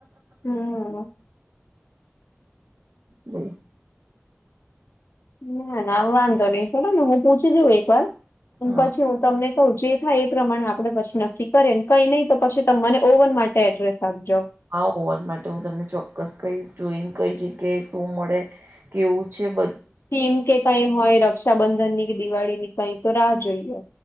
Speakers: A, on the left (about 60°); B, on the right (about 50°).
A: હમ
B: બોલો
A: ના ના આવ વાંધો નઈ ચલો ને હું પૂછી જઉ એક વાર અને
B: હા
A: પછી હું તમને કું જે થાય એ પ્રમાણે આપડે પછી નક્કી કરીએ ને કઈ નહીિ તો પછી તમે મને ઓવન માટે એડ્રેસ આપજો
B: હા હોવાન માટે હું તમને ચોક્કસ કહીશ જોઈને કઈ જગ્યાએ શું મળે કેવું છે બ
A: સ્કીમ કે કઈ હોય રક્ષાબંધન ની કે દિવાળી ની કઈ તો રાહ જોઈએ